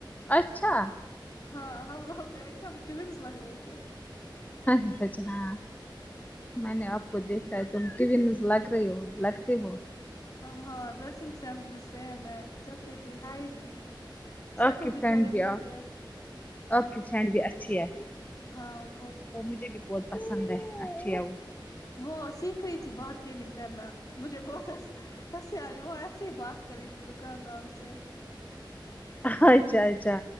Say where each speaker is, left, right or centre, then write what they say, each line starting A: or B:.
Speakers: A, on the left; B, on the left.
A: اچھا
B: ہاں ہم لوگ ایک دم ٹو ینس لگ رہے تھے
A: ہاں جی ہاں جی ہاں میں نے آپ کو دیکھا ہے تم ٹیوینیوز لگ رہی ہو لگتی ہو
B: ہاں ڈریسنگ سینس بھی سیم ہے چلتے بھی ہائٹ بھی شکل
A: آپ کی
B: بھی
A: فرینڈ
B: تھوڑی ملتی
A: آپ
B: ہے
A: آپ کی سینڈ بھی اچھی ہے
B: ہاں وہ بہت اچھی
A: وہ
B: ہے
A: مجھے بھی بہت پسند ہے اچھی ہے وہ
B: وہ سیکھ رہی تھی بارگینگ کرنا مجھے بہت ہنسی ہنسی آ رہی وہ ایسے ہی بات کری تھی دکانداروں سے
A: اچھا اچھا